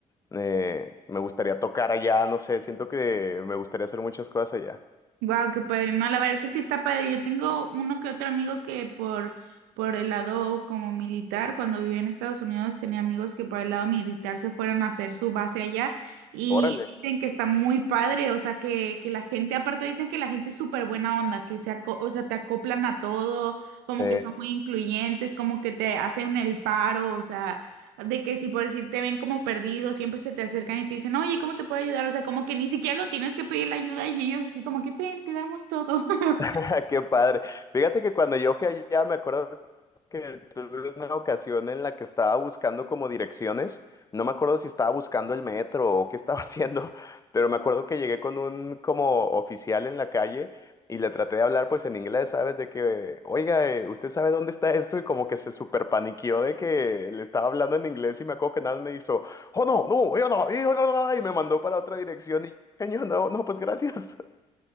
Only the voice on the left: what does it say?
Eh, me gustaría tocar allá, no sé, siento que me gustaría hacer muchas cosas allá.
Órale.
Sí.
<laughs> Qué padre. Fíjate que cuando yo fui allá, me acuerdo que tuve una ocasión en la que estaba buscando como direcciones. No me acuerdo si estaba buscando el metro o qué estaba <laughs> haciendo, pero me acuerdo que llegué con un como oficial en la calle y le traté de hablar pues en inglés, ¿sabes? De que, oiga, eh, ¿usted sabe dónde está esto? Y como que se super paniqueó de que le estaba hablando en inglés y me acuerdo que nada más me hizo, oh no, no, yo no, yo no, no", y me mandó para otra dirección y, yo, no, no, pues gracias.